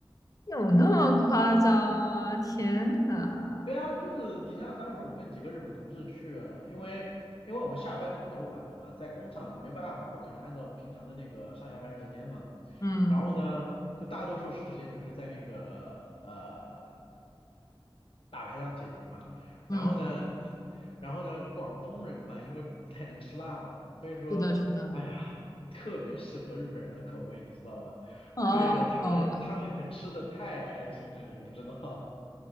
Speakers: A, on the left; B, on the left.
A: 有那么夸张吗？天呐，
B: 对啊，就是你像当时我跟几个日本同事去啊，因为因为我们下班都比较晚了嘛，在工厂就没办法，不可能按照平常的那个上下班时间嘛。
A: 嗯
B: 然后呢，就大多数时间就是在那个呃大排档解决嘛。
A: 嗯，
B: 然后呢，然后呢，广东人嘛，因为不太能吃辣嘛，所以说，
A: 是的，是的。
B: 哎呀，特别适合日本人的口味，你知道吗？
A: 哦，
B: 哎呀，他们他们可吃的太开心了，
A: 懂了。
B: 你不知道。<laughs>